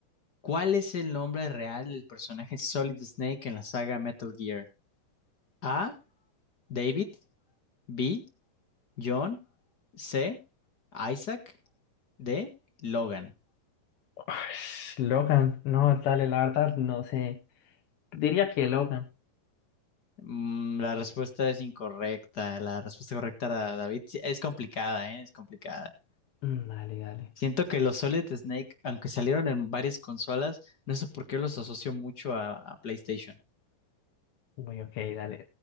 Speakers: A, on the left; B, on the left.
A: ¿cuál es el nombre real del personaje Solid Snake en la saga Metal Gear? A, David, B, John, C, Isaac, D, Logan.
B: Ush, Logan, no, dale, la verdad, no sé. Diría que Logan.
A: Mm, La respuesta es incorrecta. La respuesta correcta, era David, Sí, es complicada, ¿eh? Es complicada.
B: Mm, Dale, dale.
A: Siento que los Solid Snake, aunque salieron en varias consolas, no sé por qué los asocio mucho a, a PlayStation.
B: Uy, ok, dale.